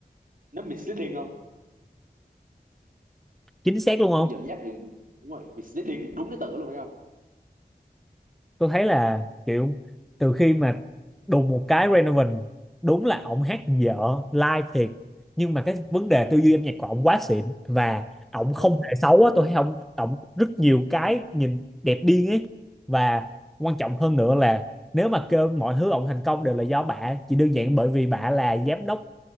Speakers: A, on the right; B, in the centre.
A: nó misleading không
B: chính xác luôn không
A: nó dẫn dắt thì đúng rồi misleading đúng cái từ đó luôn đấy không
B: tôi thấy là kiểu từ khi mà đùng một cái Renovan đúng là ổng hát dở live thiệt nhưng mà cái vấn đề tư duy âm nhạc của ổng quá xịn và ổng không
A: đúng
B: hề xấu á tôi thấy ổng ổng rất nhiều cái nhìn đẹp điên ấy và quan trọng hơn nữa là nếu mà kêu mọi thứ ổng thành công đều là do bả chỉ đơn giản bởi vì bả là giám đốc